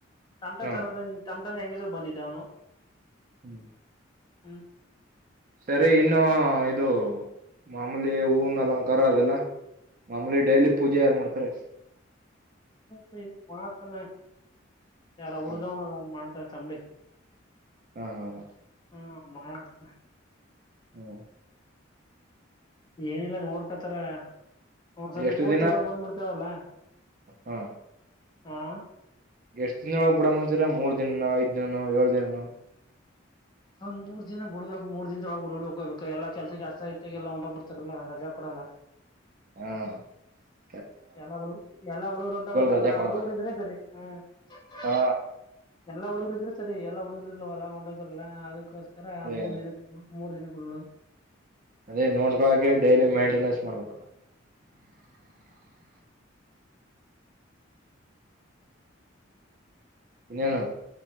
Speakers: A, on the left (about 20°); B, on the right (about 45°).
A: ತಮಟ
B: ಹಾ
A: ತರದ ಡ್ ಹೆಂಗಿದ್ರು ಬಂದಿದ್ದ ಅವನು
B: ಹ್ಮ್
A: ಹ್ಮ್
B: ಸರಿ ಇನ್ನು ಇದು ಮಾಮೂಲಿ ಹೂವನ್ ಅಲಂಕಾರ ಅದೆಲ್ಲ ಮಾಮೂಲಿ ಡೈಲಿ ಪೂಜೆ ಯಾರ್ಮಾಡ್ತಾರೆ
A: ಹಿ ಮಾಡತಾನ ಯಾರ ಹುಡ್ಗಾವ್ನ
B: ಹಾ
A: ಮಾಡ್ತ ತಮ್ಮಂಡಿ
B: ಹ್ಮ ಹ್ಮ
A: ಹ್ಮ ಮಾಡತೆ
B: ಹ್ಮ <unintelligible>
A: ಏನಿಲ್ಲ ನೋಡ್ಕತರಾ <unintelligible> ಹ್ಮ ಸರಿ
B: ಎಷ್ಟು
A: ಕೋತಿಗಳು
B: ದಿನ
A: ಬಂದ್ಬಿಡ್ತವಲ್ಲ <unintelligible>
B: ಹ
A: ಹಾ <unintelligible>
B: ಎಷ್ಟ್ ದಿನದೊಳಗ್ ಬಿಡ ಮಂಚಿರ ಮೂರ್ ದಿನನ ಐದಿನನ ಏಳ್ ದಿನನ <unintelligible>
A: ಒಂದ್ ಮೂರ್ ದಿನ ಬಿಡ್ಬೇಕು ಮೂರ್ ದಿನದೊಳಗೆ ಬಿಡಿಡ್ ಹೋಗಬೇಕಕ್ ಎಲ್ಲ ಕೆಲ್ಸಕ್ಕೆ ಆಸ್ತ ಆಐತೆಗೆಲ್ಲ ಹೊಂದ್ಬ ಬಿಡ್ತಾರಲ್ಲಾ ರಜಾ ಕೊಡಲ್ಲ <unintelligible>
B: ಹ್ಮ <unintelligible>
A: ಎಲ್ಲಾ ಹುಡುಗ ಎಲ್ಲಾ ಹುಡುಗ್ಗರು ಒಂಟೊಗ್ಬಿಡ್ತರಲ್ಲ
B: ರಜಾ ಕೊಡಲ್ಲ
A: ಹುಡುಗರು ಇದ್ರೆ ಸರಿ ಹ್ಮ <unintelligible>
B: ಹಾ
A: ಎಲ್ಲಾ ಹುಡುಗರು ಇದ್ರರು ಸರಿ ಎಲ್ಲ ಹುಡುಗರು ಇರಲ್ವಲ್ಲ ಒಟೋತರಲ್ಲ ಅದಕ್ಕ <unintelligible> ಸರಾ
B: ಅದೇ
A: ಮೂರ್ ದಿನಕ್ಕೆ <unintelligible> ಮೂರು ದಿನಗಳುಡಡದು <unintelligible>
B: ಅದೇ ನೋಡ್ಕೊಳಕೆ ಡೈಲಿ ಮೇಂಟೆನೆನ್ಸ್ ಮಾಡ್ಬೇಕ <unintelligible> ಇನ್ನೇನು <unintelligible>